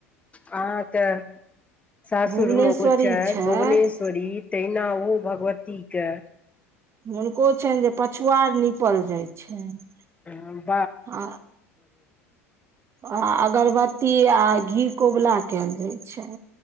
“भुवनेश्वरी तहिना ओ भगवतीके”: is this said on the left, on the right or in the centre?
Left